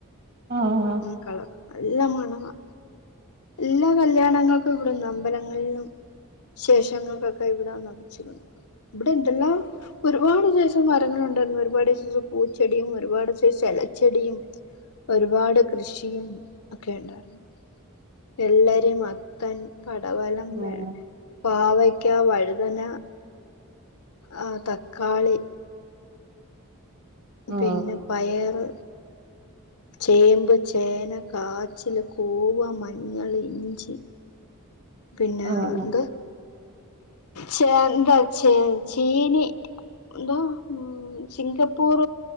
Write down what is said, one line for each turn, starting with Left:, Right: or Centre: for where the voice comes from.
Right: ആഹ്
Left: ഉം കളറൊക്കെ നല്ല മണവാ എല്ലാ കല്യാണങ്ങൾക്കും ഇവുടുന്നാ അമ്പലങ്ങളിലും വിശേഷങ്ങൾക്കൊക്കെ ഇവടെ വന്നാ പിച്ചിക്കൊണ്ട് പോകുന്നെ ഇവിടെ ഇണ്ടല്ലോ ഒരുപാട് സൈസ് മരങ്ങളുണ്ടാരുന്നു ഒരുപാട് സൈസ് പൂച്ചെടിയും ഒരുപാട് സൈസെലച്ചെടിയും ഒരുപാട് കൃഷിയും ഒക്കെയുണ്ടാരുന്നു വെള്ളരി മത്തൻ കപവലം
Right: ഉം
Left: വെ പാവയ്ക്കാ വഴുതന ആഹ് തക്കാളി
Right: ആഹ്
Left: പിന്നെ പയറ് ചെമ്പ് ചേന കാച്ചില് കൂവ മഞ്ഞള് ഇഞ്ചി പിന്നാ
Right: ആഹ്
Left: എന്ത് ചേന്താ ചേ ചീനി എന്തുവാ ഉം സിംഗപ്പൂർ